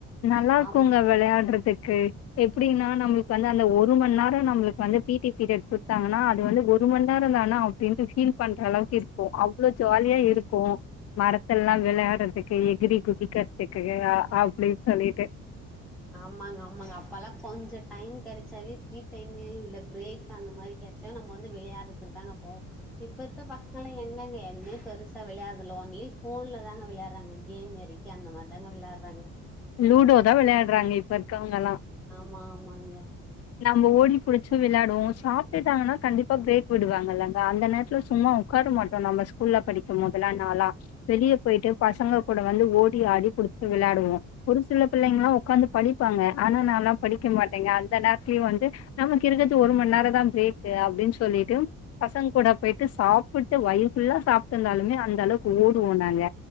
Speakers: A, on the left; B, in the centre.
A: நல்லார்க்குங்க
B: ஆமா
A: விளையாட்றதுக் க்கு எப்படின்னா நம்ளுக்கு வந்து அந்த ஒரு மண் நேரோ நம்ளுக்கு வந்து பீடி பீடட் குட்த்தாங்கன்னா அது வந்து ஒரு மண் நேரோ தானா அப்டின்ட்டு ஃபீல் பண்றளவுக் இருக்கு அவ் வ்ளோ ஜாலியா இருக்கோ மரத்தல்லாம விளையாடுறதுக்கு எகிரி குதிக்கிறதுக்கு அப்படி சொல்லிட்டு
B: ஆமாங்க ஆமாங்க அப்பல்லா கொஞ்சம் டைம் கிடைச்சாவே ஃப்ரீ டைமு இல்ல பிரேக் அந்த மாரி கெட் ச்சா நம்ம வந்து விளையாடுறதுக்கு தாங்கப்போவோ இப்ப இருக்க பசங்களா எங்கங்க எதுவுமே பெருசா விளையாடுறதுல ஓன்லி போன்ல தாங்க விளையாடுறாங்க கேம் மேறி கே அந்த மாரி தாங்க விளாற்றாங்க
A: லூடோ தா விளையாடுறாங்க இப் பருக்கவங்கல்லா
B: மா ஆமாங்க
A: நம்ப ஓடி புடிச்சு விளாடுவோ சாப்டுட்டாங்கன்னா கண்டிப்பா பிரேக் விடுவாங்கல்லாங்க அந்த நேரத்துல சும்மா உக்கார மாட்டோ நம்ம ஸ்கூல்ல படிக்கும் போதல்லா நாளா வெளியே போயிட்டு பசங்க கூட வந்து ஓடி ஆடி புடிச்சுட்டு விளாடுவோ ஒரு சில பிள்ளைங்கல்லா உக்காந்து படிப்பாங்க ஆனா நால்லா படிக்க மாட்டேங்க அந்த நேரத்துலயும் வந்து நமக்கு இருக்கிறது ஒரு மணி நேரம் தான் பிரேக்கு அப்டின் சொல்லிட்டு பசங்க கூட போயிட்டு சாப்புட்டு வயிறு ஃபுல்லா சாப்ட்டு இருந்தாலுமே அந்த அளவுக்கு ஓடுவோனாங்க